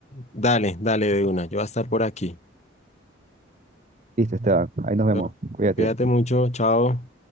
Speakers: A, on the left (about 35°); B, on the right (about 35°).
A: Dale, dale de una. Yo voy a estar por aquí.
B: listo, Esteban. Ahí nos vemos.
A: ¿no?
B: Cuídate.
A: Cuídate mucho. Chao.